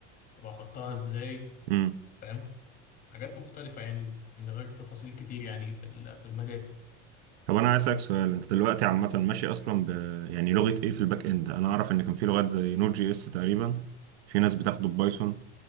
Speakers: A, on the left; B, on the right.
A: طب أحطها إزاي
B: اه
A: فاهم حاجات مختلفة يعني من غير تفاصيل كتير يعني في ال- في المجال
B: طب انا عايز اسالك سؤال انت دلوقتي عامه ماشي اصلا ب... يعني لغه ايه في الباك اند انا اعرف ان كان في لغات زي نود جي اس تقريبا في ناس بتاخده ببايثون